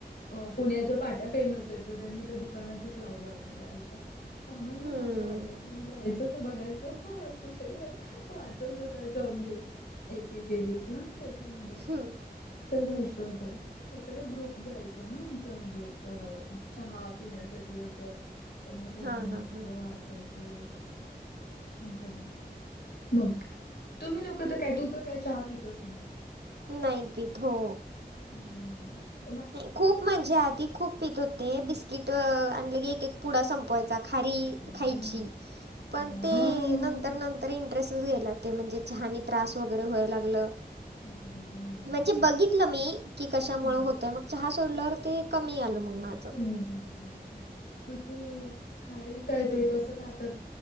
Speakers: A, on the left; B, on the right.
A: अ पुण्याच्या पाट्या फेमस येत तर त्यांनी त्या दुकानातच लावल्या होत्या त्या अश्या. आम्हाला खूप
B: हं,
A: मजा वाटायची आणि जायचं तर बघायचं असं सगळं वाचत बसायचं. <inaudible> एक एक एक एक ना त्याच्यामध्ये
B: हं.
A: तर असं होत. तर सगळं ग्रुप जायचा ना आमचा म्हणजे अ- चहा पिण्यासाठी असं. तर मग तेवा
B: हां,
A: आमी
B: हां,
A: सगळं
B: हां.
A: वाचायचो वगैरे अस. आमचं ग्रुप मग काय तुम्ही लोक तर काय तू तर काय चहा पितच नाही.
B: नाही पित हो.
A: हू
B: नाही खूप म्हणजे आधी खूप पीत होते बिस्किट आणलं की एक एक पुडा संपवायचा. खारी
A: हां.
B: खायची पण
A: हां.
B: ते नत नंतर नंतर इंटरेस्टच गेला ते म्हणजे चहानी त्रास वगैरे व्हायला लागलं.
A: ॲसिडिटी. हां.
B: म्हणजे
A: तुला
B: बघितलं मी की कशामुळे
A: हं.
B: होत चहा सोडल्यावर वर ते कमी आलं मग माझ.
A: कमी झालं अछा मग तू खारी काय ते तंस खातात